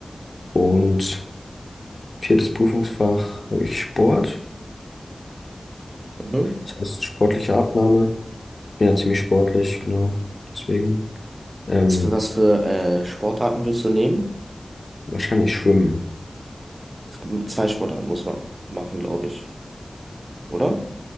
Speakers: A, on the left; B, on the right.
A: Und viertes Prüfungsfach habe ich Sport,
B: mhm.
A: das heißt sportliche Abnahme. Ich bin ja ziemlich sportlich, genau, deswegen. Ähm,
B: Was für, was für äh, Sportarten willst du nehmen?
A: wahrscheinlich Schwimmen.
B: Es gibt zwei Sportarten, muss man machen, glaube ich. Oder?